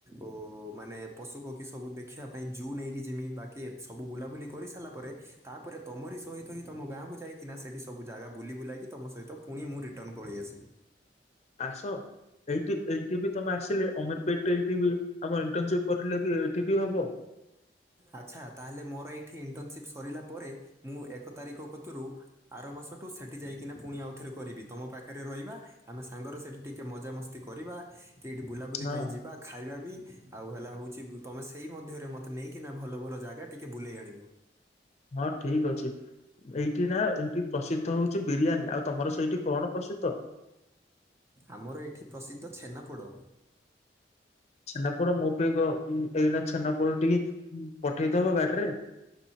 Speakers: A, on the right; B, on the left.
A: ଉଁ ମାନେ ପଶୁ ପକ୍ଷୀ ସବୁ ଦେଖିବା ପାଇଁ ଜୁନ୍ ନେଇକି ଯେମିତି ବାକି କିଏ ସବୁ ବୁଲାବୁଲି କରିସାରିଲା ପରେ ତାପରେ ତମରି ସହିତହି ତମ ଗାଁକୁ ଯାଇକିନା ସେଠି ସବୁ ଜାଗା ବୁଲି ବୁଲାକି ତମ ସହିତ ପୁଣି ମୁଁ ରିଟର୍ନ ପଳେଇ ଆସିବି।
B: ଆସ। ଏଇଠି ଏଇଠିବି ତମେ ଆସିଲେ ଅମର ପେଟେଇ ଏଇଠିବି ଆମର ଇଣ୍ଟସିପ କରିଲେବି ଏଇଠିବି ହବ।
A: ଆଚ୍ଛା ତାହେଲେ ମୋର ଏଇଠି ଇଣ୍ଟର୍ନସିପ୍ ସରିଲା ପରେ ମୁଁ ଏକ ତାରିଖ କତୁରୁ ଆର ମାସଠୁ ସେଠି ଯାଇକିନା ପୁଣି ଆଉଥରେ କରିବି ତମ ପାଖରେ ରହିବା ଆମେ ସାଙ୍ଗରେ ସେଠି ଟିକେ ମଜାମସ୍ତି କରିବା ତିଏଇଠି ବୁଲାବୁଲି
B: ହଁ
A: ପାଇଁ ଯିବା ଖାଇବାବି ଆଉ ହେଲା ହେଉଚି ତୁମେ ସେଇ ମଧ୍ୟରେ ମୋ ନେଇକିନା ଭଲ ଭଲ ଜାଗା ଟିକେ ବୁଲେଇ ଆଣିବ।
B: ହଁ ଠିକି ଅଛି। ଏଇଠିନା ଏଇଠି ପ୍ରସିଦ୍ଧ ହଉଚି ବିରିୟାନୀ ଆଉ ତମର ସେଇଠି କଣ ପ୍ରସିଦ୍ଧ?
A: ଆମର ଏଠି ପ୍ରସିଦ୍ଧ ଛେନାପୋଡ଼।
B: ଛେନାପୋଡ଼ ମୋ ପାଇଁ ଗ ଉଁ ଏଇନା ଛେନାପୋଡ଼ ଟିକେ ପଠେଇଦବ ଗାଡ଼ିରେ।